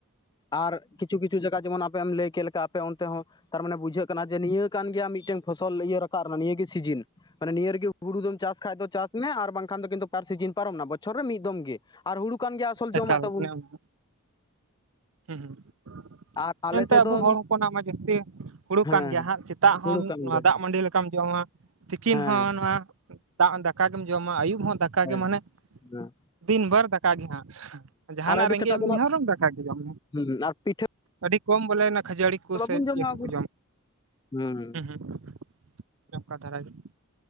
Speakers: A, on the left; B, on the right.
A: ᱟᱨ ᱠᱤᱪᱷᱩ ᱠᱤᱪᱷᱩ ᱡᱟᱜᱟ ᱡᱮᱢᱚᱱ ᱟᱯᱮᱭᱟᱢ ᱞᱟᱹᱭ ᱠᱮᱜ ᱞᱮᱠᱟ ᱟᱯᱮ ᱚᱱᱛᱮ ᱦᱚᱸ ᱛᱟᱨᱢᱟᱱᱮ ᱵᱩᱡᱷᱟᱹᱜ ᱠᱟᱱᱟ ᱡᱮ ᱱᱤᱭᱟᱹ ᱠᱟᱱ ᱜᱮᱭᱟ ᱢᱤᱫᱴᱮᱱ ᱯᱷᱚᱥᱚᱞ ᱤᱭᱟᱹ ᱨᱟᱠᱟᱵ ᱱᱤᱭᱟᱹ ᱜᱮ ᱥᱤᱡᱤᱱ ᱢᱟᱱᱮ ᱱᱤᱭᱟᱹ ᱨᱮᱜᱮ ᱦᱩᱲᱩ ᱫᱚᱢ ᱪᱟᱥ ᱠᱷᱟᱡ ᱫᱚ ᱪᱟᱥ ᱢᱮ ᱟᱨ ᱵᱟᱝᱠᱷᱟᱱ ᱫᱚ ᱠᱤᱱᱛᱩ ᱯᱟᱨ ᱥᱤᱡᱤᱱ ᱯᱟᱨᱚᱢᱱᱟ ᱵᱚᱪᱷᱚᱨ ᱨᱮ ᱢᱤᱫ ᱫᱚᱢ ᱜᱮ᱾ ᱟᱨ ᱦᱩᱲᱩ ᱠᱟᱱ ᱜᱮᱭᱟ ᱟᱥᱚᱞ
B: ᱮᱠᱟᱞ
A: ᱡᱚᱢᱟᱜ ᱛᱟᱹᱵᱚᱱ
B: ᱚᱱᱮ
A: ᱾
B: ᱚᱱᱟ ᱦᱩᱸ
A: ᱟᱨ ᱟᱞᱮ
B: ᱮᱱᱛᱮ
A: ᱥᱮᱫ
B: ᱟᱵᱚ
A: ᱫᱚ
B: ᱦᱚᱲ
A: ᱢᱤᱫ
B: ᱦᱚᱯᱚᱱᱟᱜ ᱢᱟ ᱡᱟᱹᱥᱛᱤ ᱦᱩᱲᱩ
A: ᱦᱮᱸ
B: ᱠᱟᱱ ᱜᱮᱭᱟ
A: ᱦᱮᱸ
B: ᱦᱟᱸᱜ ᱥᱮᱛᱟᱜ ᱦᱚᱸ
A: ᱦᱩᱲᱩ ᱠᱟᱱ ᱜᱮᱭᱟ
B: ᱫᱟᱜ ᱢᱟᱹᱰᱤ ᱞᱮᱠᱟᱢ ᱡᱚᱢᱟ᱾ ᱛᱤᱠᱤᱱ
A: ᱦᱮᱸ
B: ᱦᱚᱸ ᱱᱚᱣᱟ ᱫᱟᱜ ᱫᱟᱠᱟ ᱜᱮᱢ ᱡᱚᱢᱟ ᱟᱹᱭᱩᱵ ᱦᱚᱸ ᱫᱟᱠᱟ
A: ᱦᱮᱸ
B: ᱜᱮ ᱢᱟᱱᱮ
A: ᱦᱮᱸ
B: ᱫᱤᱱ ᱵᱷᱟᱨ ᱫᱟᱠᱟ ᱜᱮ ᱦᱟᱸᱜ ᱡᱟᱦᱟᱱᱟᱜ
A: ᱟᱨ ᱟᱹᱰᱤ
B: ᱨᱮᱸᱜᱮᱡ
A: ᱥᱮᱛᱟᱜ
B: ᱮᱢ
A: ᱫᱚ ᱱᱟᱜ
B: ᱨᱮᱦᱚᱸ ᱫᱟᱠᱟ ᱜᱮ ᱡᱚᱢ
A: ᱦᱩᱸ ᱟᱨ ᱯᱤᱴᱷᱟᱹ
B: ᱟᱹᱰᱤ ᱠᱚᱢ ᱵᱚᱞᱮ ᱚᱱᱟ ᱠᱷᱟᱹᱡᱟᱹᱲᱤ ᱠᱚ
A: ᱵᱟᱵᱚᱱ
B: ᱥᱮ
A: ᱡᱚᱢᱟ
B: ᱤᱭᱟᱹ ᱠᱚᱠᱚ
A: ᱟᱵᱚ ᱦᱩᱸ
B: <unintelligible> ᱚᱱᱠᱟ ᱫᱷᱟᱨ ᱜᱮ ᱾